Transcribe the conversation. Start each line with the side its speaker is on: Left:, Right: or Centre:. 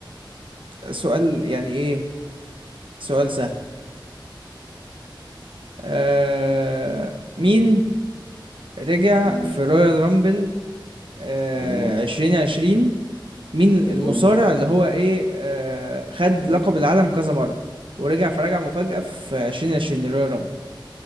Right: سؤال يعني إيه سؤال سهل أه مين رجع
Left: امم
Right: في رويال رامبل أه
Left: ايوه
Right: عشرين عشرين مين المصارع
Left: ايوه
Right: اللي هو إيه أه خد
Left: ايه
Right: لقب العالم كذا مرة ورجع فرجع مفاجأة في عشرين عشرين رويال رامبل